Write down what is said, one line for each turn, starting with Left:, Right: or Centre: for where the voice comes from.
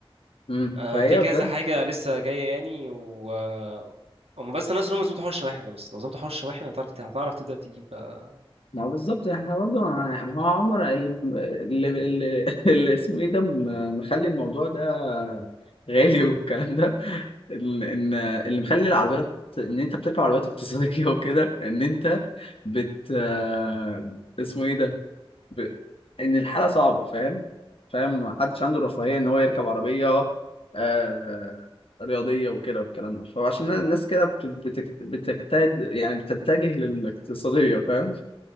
Left: مم.
Right: آه،
Left: فهي
Right: في كذا
Left: بجد
Right: حاجة لسه جاية يعني و آه، هم بس الناس اللي هم يظبطوا حوار الشواحن ده بس لو ظبطوا حوار الشواحن هتعرف هتعرف تبدأ تجيب بقى
Left: ما هو بالظبط احنا برضه مع- ما هو عمر اللي اللي, اللي اللي اسمه ايه ده م- مخلي الموضوع ده غالي والكلام ده ان إن- اللي مخلي العربيات ان انت بتركب عربيات اقتصاديه <laughs> وكده ان انت بت آه، اسمه ايه ده ب... ان الحاله صعبه فاهم فاهم محدش عنده الرفاهيه ان هو يركب عربيه آه... رياضيه وكده والكلام ده فعشان الناس كده بت... بتك- بتجتهد يعني بتتجه للاقتصاديه فاهم